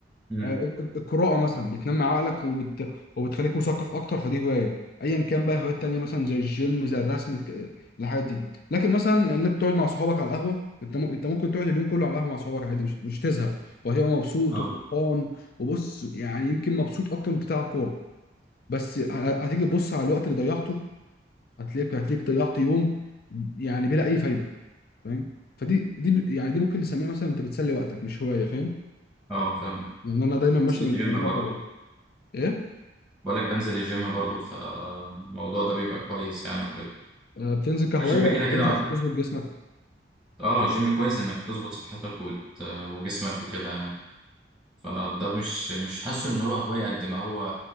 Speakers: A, in the centre; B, on the left.
A: امم
B: آه، القراءة مثلا بتنمي عقلك وبت... وبتخليك مثقف أكتر فدي هواية أيا كان بقى هوايات تانية مثلا زي الجيم زي الرسم الك- الحاجات دي لكن مثلا إنك تقعد مع صحابك على القهوة أنت م... أنت ممكن تقعد اليوم كله على القهوة مع صحابك عادي مش, مش تزهق وهتبقى مبسوط
A: اه
B: وفرحان وبص يعني يمكن مبسوط أكتر من بتلعب كورة بس ه- هتيجي تبص على الوقت اللي ضيعته هتلاقيك هتلاقيك ضيعت يوم يعني بلا أي فايدة فاهم فدي دي يعني دي ممكن نسميها مثلا أنت بتسلي وقتك مش هواية فاهم
A: اه فاهم
B: يعني أنا دايما
A: بنزل
B: ماشي بال-
A: الجيم
B: بالمبدأ
A: برضه
B: ده ايه
A: بقولك بنزل الجيم برضه فالموضوع ده بيبقى كويس يعني وكده
B: آه، بتنزل كهواية
A: والجيم
B: ولا
A: كده كده
B: بتنزل عشان تظبط جسمك؟
A: اه الجيم كويس إنك تظبط صحتك وت... وجسمك وكده يعني فده مش مش حاسه إن هو هواية قد ما هو